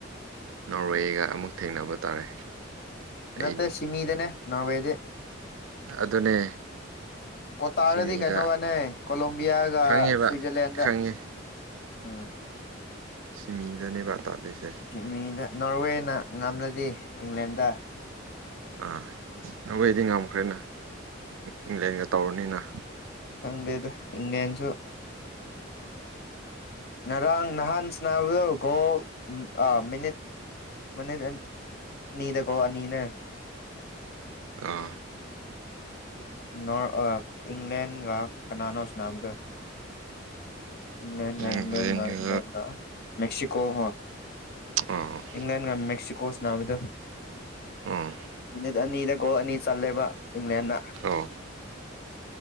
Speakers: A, on the right; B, on the left.
A: ꯅꯣꯔꯋꯦꯒ ꯑꯃꯨꯛ ꯊꯦꯡꯅꯕ ꯇꯥꯔꯦ꯫ ꯑꯩꯅꯤ
B: ꯅꯠꯇꯦ ꯁꯤꯃꯤ ꯏꯗꯦꯅꯦ ꯅꯔꯋꯦꯗꯦ꯫
A: ꯑꯗꯨꯅꯦ꯫
B: ꯀꯣꯇꯥꯔꯗꯤ
A: ꯁꯤꯃꯤꯗ
B: ꯀꯩꯅꯣꯒꯅꯦ ꯀꯣꯂꯣꯝꯕꯤꯌꯥꯒ
A: ꯈꯪꯉꯦꯕ
B: ꯁ꯭ꯋꯤꯖꯔꯂꯦꯟꯗ
A: ꯈꯪꯉꯦ
B: ꯑꯥ
A: ꯁꯤꯃꯤꯗꯅꯦꯕ ꯇꯥꯗꯣꯏꯁꯦ꯫
B: ꯃꯤꯗ ꯅꯣꯔꯋꯦꯅ ꯉꯝꯂꯗꯤ ꯏꯪꯂꯦꯟꯗ
A: ꯑꯥ ꯅꯈꯣꯏ ꯑꯩꯗꯤ ꯉꯝꯈ꯭ꯔꯦꯅ ꯏꯪꯂꯦꯟꯒ ꯇꯧꯔꯅꯤꯅ꯫
B: ꯈꯪꯗꯦꯗ ꯏꯪꯂꯌꯥꯦꯟꯁꯨ ꯉꯔꯥꯡ ꯅꯍꯥꯟ ꯁꯥꯟꯅꯕꯗꯨ ꯒꯣ ꯃꯤꯅꯤꯠ ꯃꯅꯤꯠ ꯑꯅꯤꯗ ꯒꯣꯂꯥ ꯑꯅꯤꯅꯦ꯫
A: ꯑꯥ
B: ꯅꯣꯔ ꯏꯪꯂꯦꯟꯒ ꯀꯅꯥꯅꯣ ꯁꯅꯥꯕꯗꯣ꯫ ꯏꯪ꯭ꯂꯒ
A: ꯏꯪꯂꯦꯟꯒ
B: ꯏꯪ꯭ꯂꯦꯟꯒ ꯏꯪꯂ꯭ꯂꯦꯟꯒ ꯃꯦꯛꯁꯤꯀꯣ ꯍꯣꯏ ꯫
A: ꯑꯣ
B: ꯏꯪꯪꯂꯦꯟꯒ ꯃꯦꯛꯁꯤꯀꯣ ꯁꯅꯥꯕꯗꯣ꯫
A: ꯑꯣ
B: ꯃꯤꯅꯤꯠ ꯑꯅꯤꯗ ꯒꯣꯜ ꯑꯅꯤ ꯆꯜꯂꯦꯕ ꯏꯪꯂꯦꯟꯅ꯫
A: ꯑꯣ